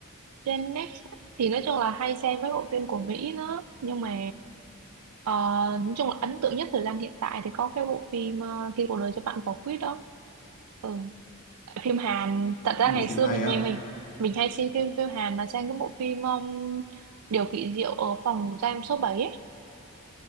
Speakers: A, on the right; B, on the left.
A: trên Netflix thì nói chung là hay xem mấy bộ phim của Mỹ nữa nhưng mà ờ, nói chung là ấn tượng nhất thời gian hiện tại thì có cái bộ phim uh, Khi cuộc đời cho bạn quả quýt đó ừ. tại phim Hàn thật ra
B: Một
A: ngày
B: phim
A: xưa
B: hay
A: mình
B: á.
A: nghe mình mình hay xem phim phim Hàn mà xem cái bộ phim um, Điều kỳ diệu ở phòng giam số bảy. ấy